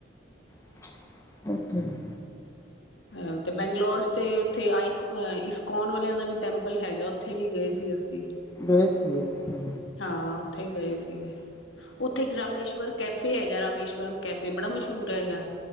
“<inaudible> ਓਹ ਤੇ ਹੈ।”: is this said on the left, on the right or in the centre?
Left